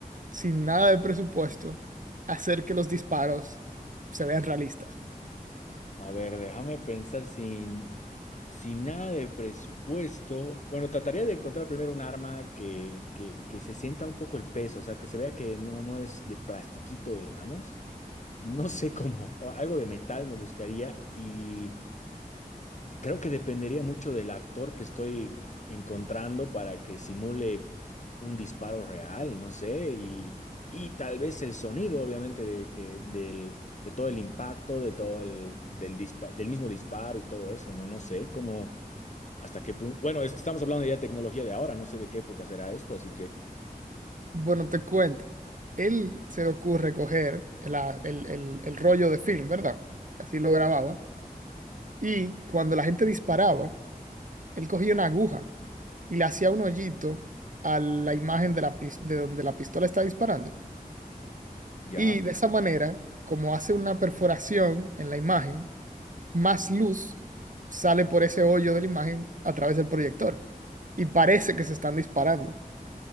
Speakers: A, on the right; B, on the left.
A: sin nada de presupuesto, hacer que los disparos se vean realistas?
B: a ver, déjame pensar sin, sin nada de presupuesto. Bueno, trataría de encontrar primero un arma que, que, que se sienta un poco el peso, o sea, que se vea que no, no es de plastiquito, digamos. no sé cómo, o algo de metal me buscaría y creo que dependería mucho del actor que estoy encontrando para que simule un disparo real, no sé, y, y tal vez el sonido, obviamente, de, que, del, de todo el impacto, de todo el, del, dispa- del mismo disparo y todo eso, no, no sé cómo, hasta qué punto, bueno, es que estamos hablando ya de tecnología de ahora, no sé de qué época será esto, así que
A: Bueno, te cuento. Él se le ocurre coger la- el, el el rollo de film, ¿verdad? Que así lo grababa. Y cuando la gente disparaba, él cogía una aguja y le hacía un hoyito a la imagen de, la pis- de donde la pistola está disparando.
B: ya.
A: Y de esa manera, como hace una perforación en la imagen, más luz sale por ese hoyo de la imagen a través del proyector. Y parece que se están disparando.